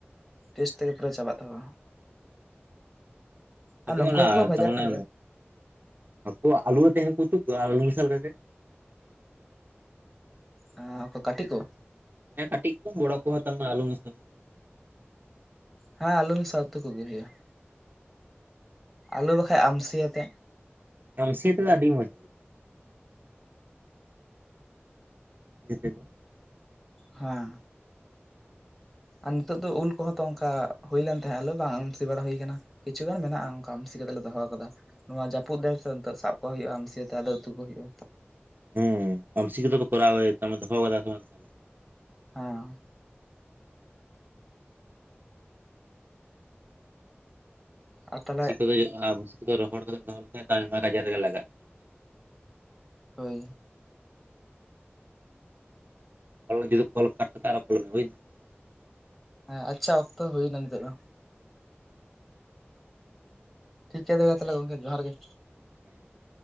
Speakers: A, in the centre; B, on the right.
A: ᱴᱮᱥ ᱛᱮᱜᱮ ᱯᱩᱨᱟᱹ ᱪᱟᱵᱟᱜ ᱛᱟᱠᱚᱣᱟ᱾
B: ᱛᱯᱮ
A: ᱟᱨ ᱱᱩᱠᱩ ᱦᱟᱹᱠᱩ ᱦᱚᱸ ᱵᱷᱟᱡᱟ
B: ᱛᱟᱨᱢᱟᱱᱮ
A: ᱠᱚ
B: ᱦᱟᱹᱠᱩ ᱟᱞᱩ ᱨᱮ ᱛᱟᱦᱮᱸᱠᱩ ᱛ ᱟᱞᱩ ᱢᱮᱥᱟᱞ ᱠᱟ ᱠᱟᱛᱮ <unintelligible>
A: ᱮᱸ ᱩᱱᱠᱚ ᱠᱟᱹᱴᱤᱡ ᱠᱚ᱾
B: ᱦᱮᱸ ᱠᱟᱹᱴᱤᱡ ᱠᱚ ᱵᱚᱲᱚ ᱠᱚ ᱦᱟᱛᱟᱣᱟ ᱟᱞᱩ ᱢᱮᱥᱟ᱾
A: ᱦᱮᱸ ᱟᱞᱩ ᱢᱮᱥᱟ ᱩᱛᱩ ᱠᱚᱜᱮ ᱦᱩᱭᱩᱜᱼᱟ ᱟᱞᱩ ᱵᱟᱝᱠᱦᱟᱡ ᱟᱢᱥᱤᱭᱟᱛᱮ
B: ᱟᱢᱥᱤ ᱛᱮᱫᱚ ᱟᱹᱰᱤ ᱢᱚᱡ᱾ ᱚ <unintelligible>
A: ᱦᱮᱸ ᱟᱨ ᱱᱤᱛᱚᱜ ᱫᱚ ᱩᱞ ᱠᱚᱦᱚᱸ ᱛᱚ ᱚᱱᱠᱟ ᱦᱩᱭ ᱞᱮᱱ ᱛᱟᱦᱮᱸᱜ ᱟᱞᱮ ᱵᱟᱝ ᱟᱹᱢᱥᱤ ᱵᱟᱲᱟ ᱦᱩᱭᱟᱠᱟᱱᱟ᱾ ᱠᱤᱪᱷᱩ ᱜᱟᱱ ᱢᱮᱱᱟᱜᱼᱟ ᱚᱱᱠᱟ ᱟᱢᱥᱤ ᱠᱟᱛᱮ ᱞᱮ ᱫᱚᱦᱚ ᱟᱠᱟᱫᱟ᱾ ᱱᱚᱣᱟ ᱡᱟᱹᱯᱩᱫ ᱫᱟᱭ ᱛᱮ ᱱᱤᱛᱚᱜ ᱥᱟᱵ ᱠᱚ ᱦᱩᱭᱩᱜᱼᱟ ᱟᱢᱥᱤᱭᱟᱹᱛᱮ ᱟᱫᱚ ᱩᱛᱩ ᱠᱚ ᱦᱩᱭᱩᱜᱼᱟ᱾
B: ᱦᱩᱸ ᱟᱢᱥᱤ ᱠᱚᱫᱚ ᱯᱮ ᱠᱚᱨᱟᱣ ᱮᱫ ᱫᱚᱦᱚ ᱠᱟᱫᱟ ᱠᱚ <inaudible>
A: ᱦᱮᱸ᱾ ᱟᱨ ᱛᱟᱦᱚᱞᱮ
B: ᱟᱢᱥᱤ ᱠᱚᱫᱚ ᱟᱢᱥᱤ ᱠᱚᱫᱚ ᱨᱚᱦᱚᱲ ᱠᱟᱛᱮ ᱫᱚᱦ ᱞᱮᱡ ᱟᱭᱢᱟ ᱜᱟᱡᱟᱨ ᱨᱮᱜᱮ ᱞᱟᱜᱟᱜ᱾ <unintelligible>
A: ᱦᱳᱭ᱾
B: ᱡᱩᱫᱤ ᱠᱚᱞ ᱠᱟᱴ ᱠᱟᱛᱮ ᱟᱨᱚ ᱠᱚᱞᱢᱮ ᱵᱩᱡ ᱫᱟᱢ᱾ <inaudible>
A: ᱦᱮᱸ ᱟᱪᱪᱷᱟ ᱚᱠᱛᱚ ᱦᱩᱭ ᱮᱱᱟ ᱱᱤᱛᱚᱜ ᱫᱚ᱾ ᱴᱷᱤᱠ ᱜᱮᱭᱟ ᱫᱟᱫᱟ ᱛᱟᱦᱚᱞᱮ ᱜᱚᱝᱠᱮ ᱡᱚᱦᱟᱨ ᱜᱮ᱾
B: ᱦᱮ <inaudible>